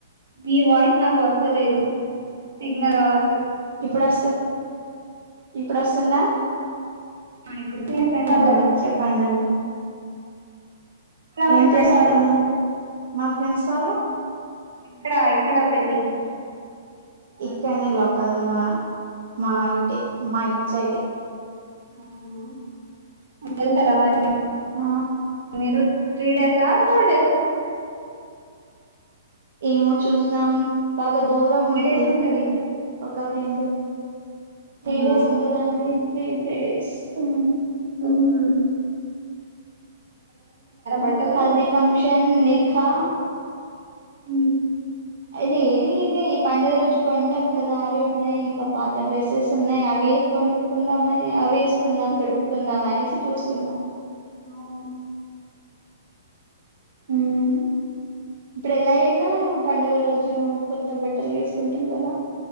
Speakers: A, on the right (about 80°); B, on the right (about 65°).
A: మీ వాయిస్ నాకు వస్తలేదు సిగ్నల్ కావచ్చు
B: ఇప్పుడు వస్త్ ఇప్పుడు వస్తుందా
A: ఆ ఇప్పుడు ఫ్రెండ్
B: ఆ
A: అల్లది
B: చెప్పండిండి
A: ఇక్కడ మీ
B: ఏం
A: ఫ్రెండ్
B: చేస్తన్నా
A: వాళ్ళు
B: మా ఫ్రెండ్స్ వాళ్ళు
A: ఎక్కడా ఎక్కడ పెళ్ళి
B: ఇక్కడనే లోకల్ మా మా ఇటే మా ఇట్ సైడ్ ఏ
A: అవునా వెళ్తారా మరి
B: ఆ
A: మీరు త్రీ డేస్ ఆ ఫైవ్ డేస్ అ
B: ఏమో చూస్తాం బాగా దూరం
A: ఎన్ని
B: ఉంది.
A: డేస్ ఉంటది
B: ఒక ఫ్రెండ్ త్రీ
A: అవునా
B: డేస్ ఉంటదండి త్రీ త్రీడేస్ ఉమ్
A: హుఉమ్ బట్టలు
B: హల్ది ఫంక్షన్, నిఖా
A: హ్మ్
B: అహ్ ఇదే ఈ పండుగ రోజు కొంటాం కదా అవి ఉన్నాయి ఇంకా పాత డ్రెస్సెస్ ఉన్నాయి అవి కొనుక్కుందాం అని అవేసుకున్నా అం తొడుక్కుందాం అనేసి చూస్తున్న
A: అవును
B: మ్మ్ ఇప్పుడు ఎలా అయినా పండుగ రోజు కొత్త బట్టలు వేస్కుంటాంకదా